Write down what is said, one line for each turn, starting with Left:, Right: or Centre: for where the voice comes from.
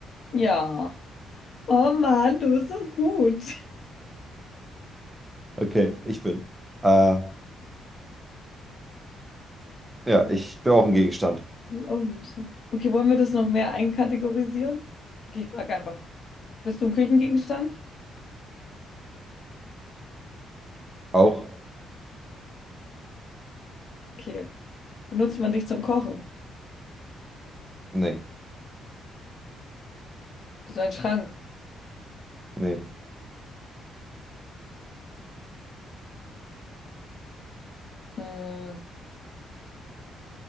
Left: Ja. Oh Mann, du bist so gut.
Right: Okay, ich bin. Äh, ja, ich bin auch ein Gegenstand.
Left: Augengeschmack. Okay, wollen wir das noch mehr einkategorisieren? Okay, ich frage einfach, bist du ein Küchengegenstand?
Right: Auch?
Left: Okay. Benutzt man dich zum Kochen?
Right: Nee,
Left: Bist du ein Schrank?
Right: nee,
Left: Hm,